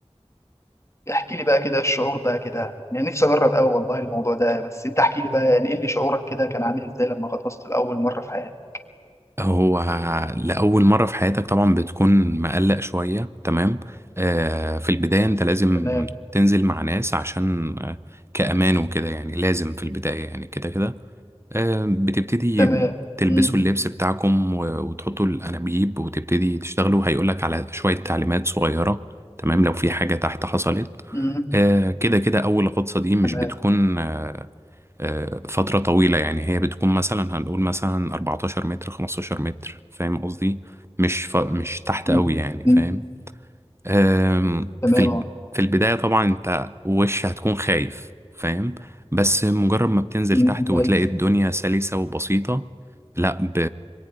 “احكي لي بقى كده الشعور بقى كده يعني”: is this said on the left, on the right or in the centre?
Left